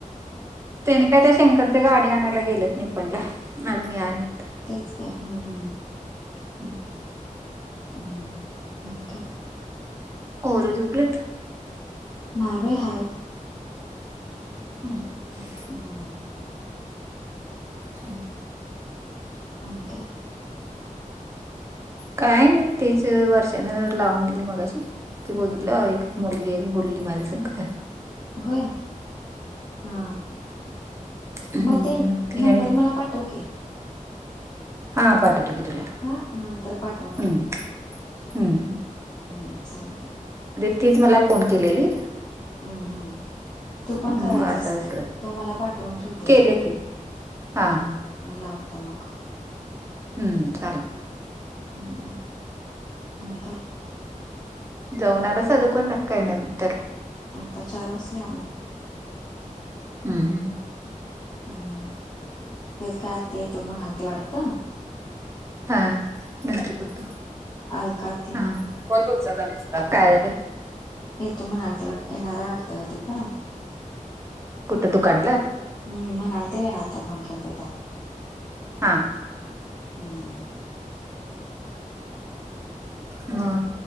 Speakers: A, on the right (about 20°); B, on the left (about 30°).
A: तेंन्ही काय त्या शंकरच्या गाडी आणायला गेलेत निपाणी अजून यायला नाहीत.
B: तेच की हम्म हम्म!
A: <unintelligible>
B: हम्म, आणि काय?
A: पोरं झोपलेत.
B: नाय बाई हाय.
A: हम्म!
B: हम्म.
A: हम्म!
B: आणि काय?
A: काय नाही तिच वर्षान लावून दिली मगाशी ते
B: हम्म.
A: बघितलं ऑ मुलगी एक बोलली माझ्यासंग
B: होय हा!
A: हम्म
B: म तेन
A: ती
B: नंबर
A: आणि
B: मला पाठव की.
A: हा पाठवतो की तुला.
B: हा नंतर पाठवून
A: हम्म
B: ठेव.
A: हम्म, हम्.
B: हम्, चालतंय.
A: रितीच, मला फोन केलेली.
B: हम्म, हम्म. तू
A: मग
B: पण करायचा
A: असं
B: असतंय,
A: असं
B: तुम्हाला पाठवून ठेवते
A: केलं
B: ह्यो.
A: की हा हा.
B: मी लावतो मग.
A: हम्म्, चालते.
B: हम् आणि काय?
A: जावून आलासा दुकानला, काय नंतर?
B: आता चार वाजता जाणार.
A: हम् हम.
B: हम्म्, तेच काय आत्ती येतो म्हणालती वाटतं.
A: हा, नंतर करतो.
B: अलकाते
A: हा, कॉल करतो संध्याकाळी, रात्री. काय झालं?
B: येतो म्हणालती वाट, येणार आहे वाटतं गं ती पण.
A: कुठं दुकानला?
B: हम्, म्हणालते बाईनं आता फोन केलता तवा.
A: हा.
B: हम्.
A: बरं.